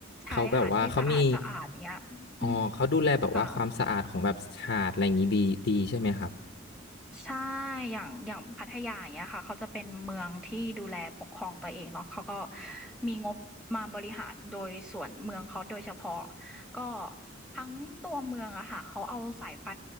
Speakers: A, in the centre; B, on the left.
A: ชายหาดที่สะอาดสะอาดอย่างเงี้ยอืม
B: เขาแบบว่าเขามีอ๋อเขาดูแลแบบว่าความสะอาดของแบบหาดอะไรอย่างงี้ดีดีใช่ไหมครับ
A: ค่ะใช่อย่างอย่างพัทยาอย่างเงี้ยค่ะเขาจะเป็นเมืองที่ดูแลปกครองตัวเองเนาะเขาก็มีงบมาบริหารโดยส่วนเมืองเขาโดยเฉพาะก็ทั้งตัวเมืองอะค่ะเขาเอาสายไฟ